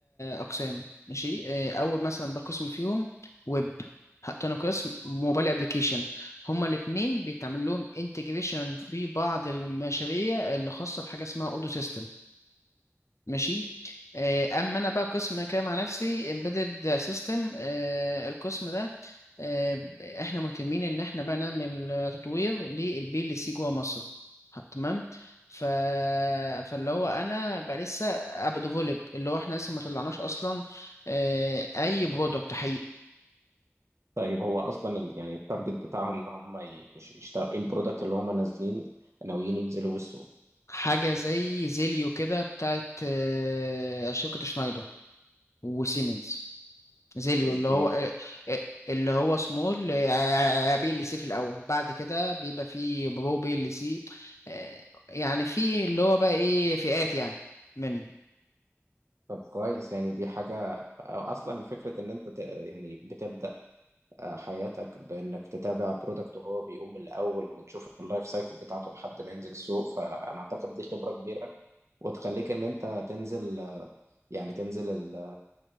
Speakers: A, on the left; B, on the right.
A: اقسام ماشي آه، اول مثلا بقسم فيهم ويب تاني قسم موبايل ابلكيشن هما الاثنين بيتعمل لهم انتجريشن في بعض المشاريع اللي خاصه بحاجه اسمها اودو سيستم ماشي آه، اما انا بقى قسم كده مع نفسي امبيدد سيستم القسم ده آه، احنا مهتمين ان احنا بقى نعمل آه، تطوير للبي ال سي جوه مصر ه- تمام ف... فاللي هو انا بقى لسه ابقى ديفولب اللي هو احنا لسه ما طلعناش اصلا آه، اي برودكت حقيقي
B: طيب هو اصلا ال- يعني التارجت بتاعهم ان هم يشتغل ايه البرودكت اللي هم نازلين ناويين ينزلوا بالسوق
A: حاجه زي زيليو كده بتاعت آه، شركه شنايدر وسيمنز زيليو
B: إز-
A: اللي
B: ايه
A: هو آه، آه، اللي هو سمول آه، آه، آه، بي ال سي في الاول بعد كده بيبقى فيه برو بي ال سي آه، يعني في اللي هو بقى ايه فئات يعني منه
B: طب كويس يعني دي حاجة أو اصلا فكرة ان انت ت- يعني بتبدأ آه، حياتك بانك تتابع برودكت وهو بيقوم الاول وتشوف اللايف سايكل بتاعته لحد ما ينزل السوق فانا اعتقد دي خبرة كبيرة وتخليك ان انت تنزل آه، يعني تنزل ال...